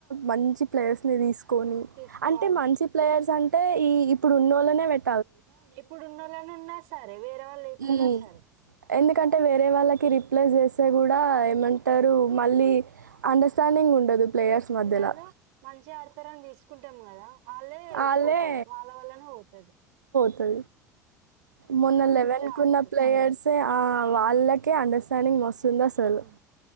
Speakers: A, on the right; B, on the right.
A: మంచి ప్లేయర్స్ ని తీస్
B: తీసుకోవాలి
A: అంటే మంచి ప్లేయర్స్ అన్ అంటే ఈ ఇప్పుడు ఉన్నోళ్ళనే వెట్
B: ఇప్పుడు ఉన్న వాళ్ళని ఉన్నా సరే వేరే వాళు లేకున్నా
A: మ్మ్.
B: సరే
A: ఎందుకంటే వేరే వాళ్ళకి రిప్లై చేస్తే కూడా ఏమంటారు మళ్ళీ అండర్స్టాండింగ్ ఉండదు ప్లేయర్స్ మధ్యలో
B: ఉండదు మంచి ఆడతరాని తీసు కుంటాం కదా వాళ్ళే
A: వాళ్ళే
B: పోతది వాళ్ళ వల్లనే పోతది
A: తది మొన్న లెవెన్
B: ఏ
A: కున్న
B: ఆడాలి
A: ప్లేయర్స్ ఆ వాళ్ళకే అండర్స్టాండింగ్ స్తుంద అసలు
B: ఉమ్.